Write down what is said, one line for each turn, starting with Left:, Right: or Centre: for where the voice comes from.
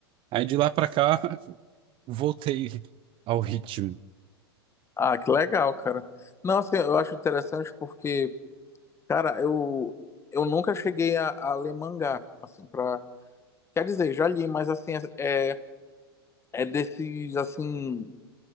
Right: Aí de lá pra cá <laughs> voltei ao ritmo.
Left: Ah, que legal, cara. Não, assim, eu acho interessante porque, cara, eu, eu nunca cheguei a, a ler mangá, assim, pra... Quer dizer, já li, mas, assim, é, é desses, assim,